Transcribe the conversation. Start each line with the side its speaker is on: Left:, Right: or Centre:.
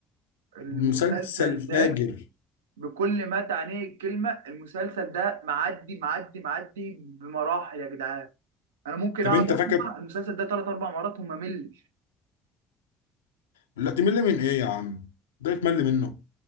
Right: المسلسل
Left: مسلسل فاجر
Right: ده بكل ما تعنيه الكلمه المسلسل ده معدي معدي معدي بمراحل يا جدعان انا ممكن
Left: طب
Right: اقعد
Left: انت
Right: اسمع
Left: فاكر
Right: المسلسل ده ثلاث اربع مرات وما ملش
Left: لا تمل من ايه يا عم ده يتمل منه